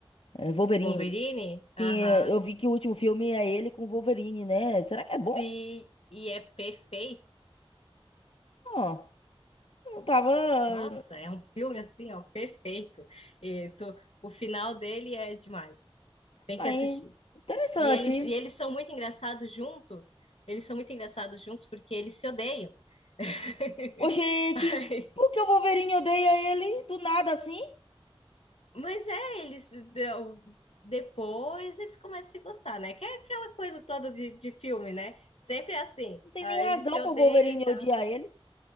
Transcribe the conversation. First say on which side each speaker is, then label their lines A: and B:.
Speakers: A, on the left; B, on the left.
A: É, Wolverine.
B: com o Wolverine. Aham.
A: Sim, eu eu vi que o último filme é ele com o Wolverine, né? Será que é
B: Sim,
A: bom?
B: e é perfeito.
A: Ó, não tava.
B: Nossa, é um filme assim, ó, perfeito. E tu- o final dele é demais. Tem
A: Aí,
B: que assistir.
A: interessante.
B: E eles e eles são muito engraçados juntos. Eles são muito engraçados juntos porque eles se odeiam. <laughs>
A: Ô, gente,
B: Aí
A: por que o Wolverine odeia ele do nada assim?
B: Mas é, eles deu- depois eles começam a se gostar, né? Que é aquela coisa toda de, de filme, né? Sempre é assim,
A: Não tem
B: ah,
A: nem razão
B: eles se odeiam
A: pro Wolverine
B: e tal.
A: odiar ele.